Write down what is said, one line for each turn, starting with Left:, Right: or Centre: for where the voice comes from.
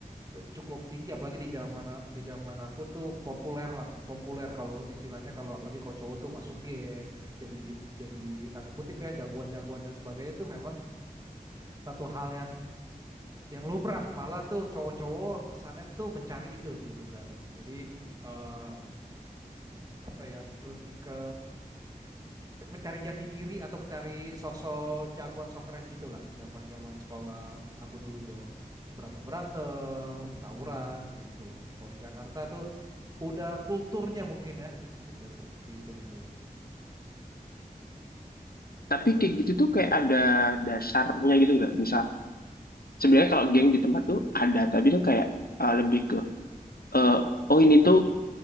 Right: eh, cukup tinggi apalagi di zaman di zaman aku tuh populer lah populer kalau istilahnya kalau apalagi kalau cowok tuh masuk geng jadi jadi tanda kutip ya jagoan-jagoan dan sebagainya tuh memang satu hal yang yang lumrah malah tuh cowok-cowok kesannya tuh mencari itu gitu gak jadi eh apa ya lebih ke t- mencari jati diri atau mencari sosok jagoan sok keren gitulah zaman-zaman sekolah aku dulu tuh berantem-berantem tawuran gitu kalau di Jakarta tuh udah kulturnya mungkin ya gitu seperti itu gitu
Left: tapi kayak gitu tuh kayak ada dasarnya gitu nggak? Misal sebenarnya kalau geng di tempat tuh ada, tapi tuh kayak uh, lebih ke uh, oh ini tuh